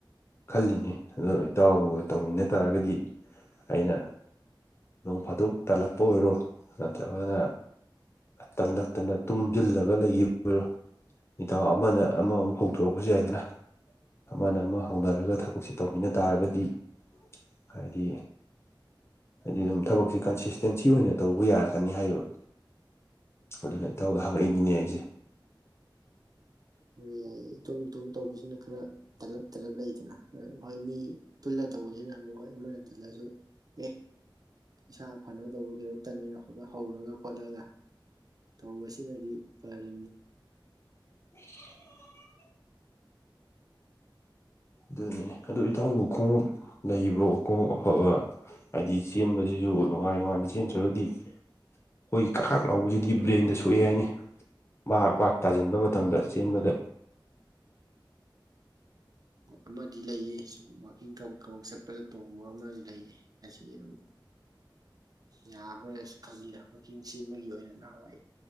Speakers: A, on the left; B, on the right.
A: ꯈꯜꯂꯤꯅꯤ ꯑ ꯏꯇꯥꯎꯒ ꯇꯧꯃꯤꯟꯅ ꯇꯥꯔꯒꯗꯤ ꯑꯩꯅ ꯅꯣꯡ ꯐꯥꯗꯣꯛ ꯇꯥꯜꯂꯛꯄ ꯑꯣꯏꯔꯣ ꯅꯠꯇ꯭ꯔꯒꯅ ꯇꯜꯂꯛꯇꯅ ꯇꯨꯝꯁꯤꯜꯂꯒ ꯂꯩꯔꯣ ꯍꯗꯥꯛ ꯑꯃꯅ ꯑꯃꯃꯨꯛ ꯍꯧꯗꯣꯔꯛꯄꯁꯨ ꯌꯥꯏꯗꯅ ꯑꯃꯅ ꯑꯃ ꯍꯧꯅꯔꯒ ꯊꯕꯛꯁꯦ ꯇꯧꯃꯤꯟꯅ ꯇꯥꯔꯒꯗꯤ ꯍꯥꯏꯗꯤ ꯍꯥꯏꯗꯤ ꯑꯗꯨꯝ ꯊꯕꯛꯁꯤ ꯀꯟꯁꯤꯁꯇꯦꯟꯁꯤ ꯑꯣꯏꯅ ꯇꯧꯕ ꯌꯥꯔꯛꯀꯅꯤ ꯍꯥꯏꯌꯦꯕ ꯑꯗꯨꯅ ꯏꯇꯥꯎꯗ ꯍꯪꯉꯛꯏꯅꯤꯅꯦ ꯑꯩꯁꯦ
B: ꯍꯣꯏ ꯌꯥꯏ ꯏꯇꯣꯝ ꯏꯇꯣꯝ ꯇꯧꯕꯁꯤꯅ ꯈꯔ ꯇꯜꯂꯞ ꯇꯜꯂꯞ ꯂꯩꯗꯅ ꯍꯣꯏ ꯃꯤ ꯄꯨꯜꯂ ꯇꯧꯕꯁꯤꯅꯣꯏ ꯑꯃꯅ ꯇꯜꯂꯁꯨ ꯑꯦ ꯏꯁꯥ ꯐꯅꯕ ꯇꯧꯕ ꯀꯩꯩꯅꯣꯇ ꯑꯣꯏꯅ ꯍꯧꯔꯒ ꯈꯣꯠꯂꯒ ꯇꯧꯕꯁꯤꯅꯗꯤ ꯐꯅꯤ
A: <unintelligible> ꯑꯗꯨꯅꯤꯅꯦ ꯑꯗꯨ ꯏꯇꯥꯎꯕꯨ ꯈꯣꯡꯎꯞ ꯂꯩꯕ꯭ꯔꯣ ꯈꯣꯡꯎꯞ ꯑꯐꯕ ꯍꯥꯏꯗꯤ ꯆꯦꯟꯕꯁꯤꯁꯨ ꯅꯨꯡꯉꯥꯏ ꯅꯨꯡꯉꯥꯏꯅ ꯆꯦꯟꯗ꯭ꯔꯒꯗꯤ ꯑꯩꯈꯣꯏꯒꯤ ꯀꯥꯥꯛ ꯂꯧꯕꯁꯤꯗꯤ ꯕ꯭ꯔꯦꯟꯗ ꯁꯣꯛꯑꯦ ꯍꯥꯏꯅꯤ ꯃꯍꯥꯛ ꯇꯥꯁꯤꯟꯕ ꯃꯇꯝꯗ ꯆꯦꯟꯕꯗ
B: ꯑꯃꯗꯤ ꯂꯩꯌꯦ ꯁꯨꯝ ꯋꯥꯛꯀꯤꯡ ꯆꯠꯄꯗ ꯇꯣꯡꯕ ꯑꯃꯗꯤ ꯂꯩꯌꯦ ꯈꯁꯤꯔꯝ ꯌꯥꯕ꯭ꯔꯁꯨ ꯈꯜꯂꯤꯗ ꯍꯋꯥꯛꯀꯤꯡ ꯁꯦꯝꯕꯒꯤ ꯑꯣꯏꯅ ꯅ ꯍꯣꯏ